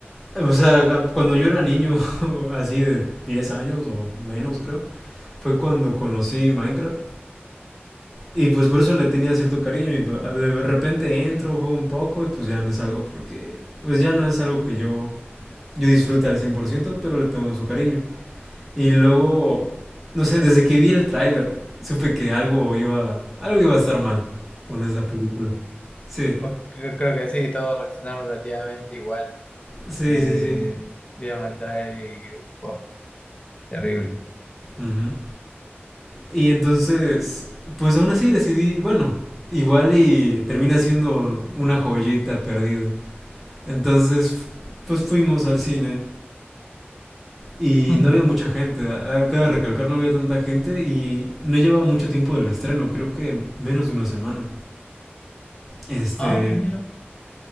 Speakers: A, in the centre; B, on the left.
A: o sea, cuando yo era niño, <laughs> así de 10 años o menos creo, fue cuando conocí Minecraft. Y pues por eso le tenía cierto cariño y de repente entro, juego un poco y pues ya me salgo porque pues ya no es algo que yo, yo disfrute al 100%, pero le tengo su cariño. Y luego, no sé, desde que vi el tráiler, supe que algo iba, algo iba a estar mal con esa película. Sí,
B: Pues cre- creo que sí, todos reaccionaron relativamente igual.
A: sí,
B: Eh,
A: sí, sí.
B: vieron el trailer y... oh, terrible.
A: Ujú. Y entonces, pues aún así decidí, bueno, igual y termina siendo una joyita perdida. Entonces, f- pues fuimos al cine y
B: <laughs>
A: no había mucha gente. A- Acaba de recalcar, no había tanta gente y no llevaba mucho tiempo del estreno, creo que menos de una semana. Este,
B: Ah, mira.